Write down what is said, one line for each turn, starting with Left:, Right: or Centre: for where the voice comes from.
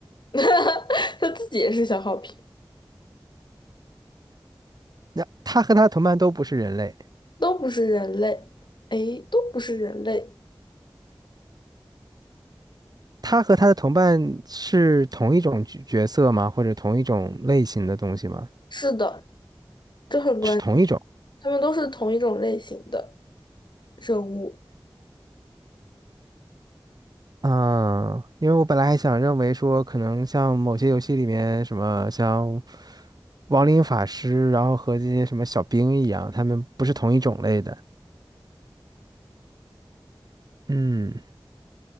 Left: <laughs> 他自己也是小好评，
Right: <laughs> 那他和他同伴都不是人类。
Left: 都不是人类，诶，都不是人类，
Right: 他和他的同伴是同一种角角色吗？或者同一种类型的东西吗？
Left: 是的，这很关，
Right: 是同一种
Left: 他们都是同一种类型的生物，
Right: 啊，因为我本来还想认为说，可能像某些游戏里面什么像亡灵法师，然后和这些什么小兵一样，他们不是同一种类的。嗯